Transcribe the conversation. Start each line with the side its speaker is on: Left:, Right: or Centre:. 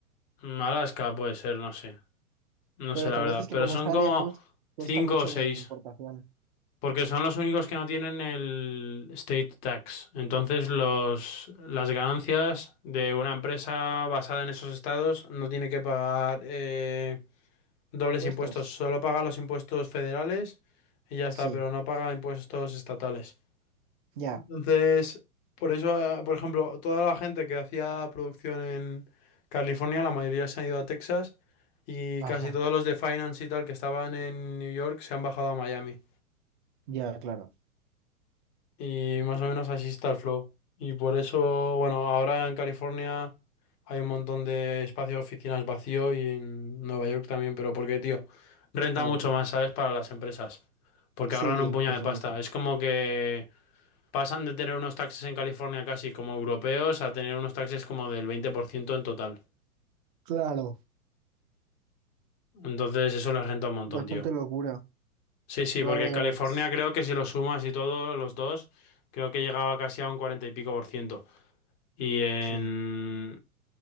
Left: Alaska puede ser, no sé, no
Right: pero
Left: sé la
Right: tal
Left: verdad,
Right: vez es que
Left: pero
Right: como
Left: son
Right: está
Left: como
Right: lejos, cuesta
Left: cinco
Right: mucho
Left: o seis,
Right: de importación.
Left: porque son los únicos que no tienen el state tax. Entonces los, las ganancias de una empresa basada en esos estados no tiene que pagar... eh, Dobles
Right: ¿Impuestos?
Left: impuestos. Solo paga los impuestos federales y ya está,
Right: Sí,
Left: pero no paga impuestos estatales.
Right: ya,
Left: Entonces, por eso, eh, por ejemplo, toda la gente que hacía producción en California, la mayoría se han ido a Texas y
Right: ajá,
Left: casi todos los de finance y tal que estaban en New York se han bajado a Miami.
Right: ya, claro,
Left: y más o menos así está el flow. Y por eso, bueno, ahora en California hay un montón de espacios de oficinas vacío y en Nueva York también, pero porque, tío, renta
Right: claro.
Left: mucho más, ¿sabes? Para las empresas, porque
Right: Sí,
Left: ahorran un puñado
Right: por
Left: de
Right: supuesto.
Left: pasta. Es como que pasan de tener unos taxes en California casi como europeos a tener unos taxes como del 20% en total.
Right: Claro,
Left: Entonces eso les renta un montón,
Right: bastante
Left: tío.
Right: locura.
Left: Sí, sí,
Right: Claro,
Left: porque
Right: ya
Left: California
Right: ves.
Left: creo que si lo sumas y todo, los dos, creo que llegaba casi a un 40 y pico por ciento. Y en,
Right: Sí.